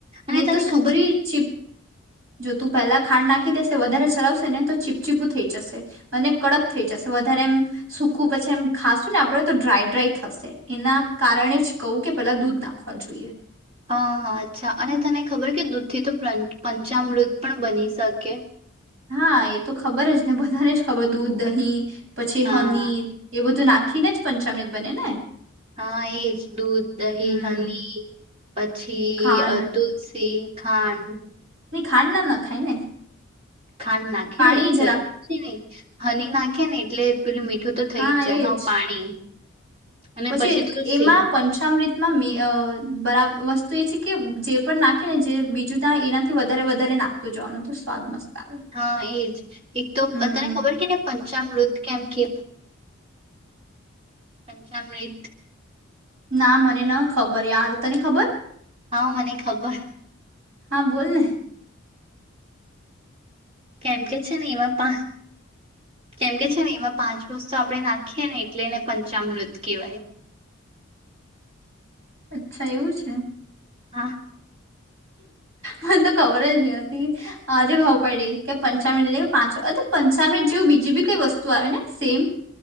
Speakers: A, on the right; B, on the right.
A: નહી
B: અને તને
A: તો સુગરી
B: ખબર
A: ચીપ જો તું પહેલા ખાંડ નાખી દેશે વધારે ચલાવશે ને તો ચીપચીપું થઈ જશે અને કડક થઈ જશે વધારે એમ સૂકું પછી એમ ખાશું ને આપણે તો ડ્રાય ડ્રાય થશે એના કારણે જ કહું કે પેલા દૂધ નાખવા જોઈએ.
B: હ હા અચ્છા અને તને ખબર કે દૂધ થી તો પંચામૃત પણ બની શકે
A: હા એ તો ખબર જ ને બધાને જ ખબર દૂધ દહીં પછી
B: હા
A: હની એ બધું નાખીએ. આખીને જ પંચામૃત બને ને
B: હા એજ દૂધ દહી
A: હમ
B: હની પછી
A: ખાંડ
B: તુલસી ખાંડ
A: ખાંડ ના નખાય ને
B: ખાંડ નાખે
A: પાણી
B: ન
A: જરા
B: હની નાખે ને એટલે. પેલું મીઠું તો થઈ
A: હા
B: જ જાય
A: એજ
B: પાણી અને
A: પછી
B: તુલસી
A: એમાં પંચામૃત રીત માં મે બરાબર વસ્તુ તો એ છે. કે જે પણ નાખે ને જે બીજું ત્યા એનાથી વધારે વધારે નાખતુ જવાનું તો સ્વાદ મસ્ત આવે
B: હા એજ એક તો
A: હમ
B: તને ખબર છે. ને પંચામૃત કેમ કે પંચાામૃત
A: ના મને ન ખબર યાર તને ખબર
B: હા મને ખબર,
A: હા. બોલ ને
B: કેમ કે છે. ને એમાં પાંચ કેમ કે છે. ને એમાં પાંચ વસ્તુ આપણે નાખીએ ને એટલે એને પંચામૃત કેહેવાય.
A: અચ્છા એવું છે.
B: હા.
A: મને તો ખબર જ ન હતી આજે ખબર પડી કે પંચામૃત એટલે કે પાંચ પંચામૃત જેવું બીજી બી કઈ વસ્તુ આવે ને સેમ